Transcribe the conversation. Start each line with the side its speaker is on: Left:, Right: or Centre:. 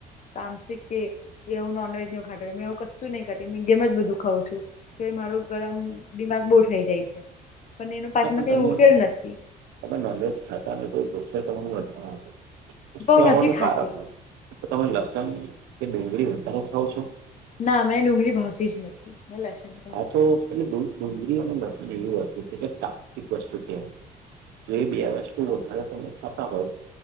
Left: તામસિક કે એવું નોનવેજ ને ખાતા મેં, એવું કશું નહી ખાતિ મે મીડીયમ જ બધું ખઉં છું તો મારું ગરમ દિમાગ બહુ થઈ જાય છે, પણ એનું પાછળનો
Right: હા પણ
Left: કઈ
Right: તમે
Left: ઉકેલ નથી
Right: તમે નોનવજ ખાતા હો તો ગુસ્સો તમને <unintelligible> ગુસ્સો
Left: બઉ
Right: આવવાનું
Left: નથી ખાતી
Right: કારક હુ તમે લસણ કે ડુંગરી વધારો ખાવ છો
Left: ના મેને ડુંગળી ભાવતી જ નથી પેલા થી
Right: આ તો એટલે ડુંગળી અને લસણ એવી વસ્તુ છે કે તામસિક વસ્તુ કવાય જો એ બી આ વસ્તુ વધારે તમે ખાતા હોય